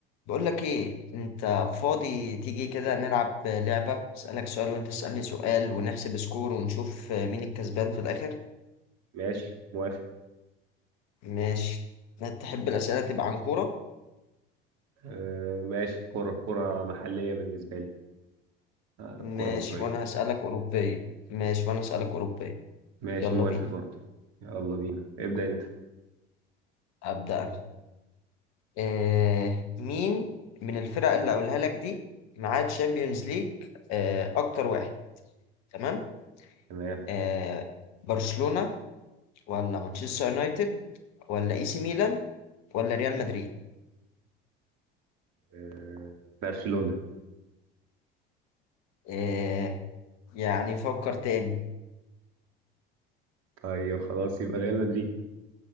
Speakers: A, on the left; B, on the right.
A: بقول لك ايه انت فاضي تيجي كده نلعب لعبة اسألك سؤال وانت تسألني سؤال ونحسب سكور ونشوف مين الكسبان في الاخر
B: ماشي موافق
A: ماشي تحب الأسئلة تبقى عن كورة
B: آه ماشي كرة كرة محلية بالنسبة لي آه
A: ماشي
B: كرة مصرية
A: وانا هسألك أوروبية ماشي وانا هسألك أوروبية
B: ماشي
A: يلا
B: موافق
A: بينا
B: برضو يلا بينا ابدأ انت
A: أبدأ انا آه مين من الفرق اللي هقولها لك دي معاه تشامبيونز ليج آه اكتر واحد تمام
B: تمام
A: آه برشلونة ولا مانشستر يونايتد ولا اي سي ميلان ولا ريال مدريد
B: آه برشلونة
A: آه، يعني فكر تاني
B: طيب خلاص يبقى ريال مدريد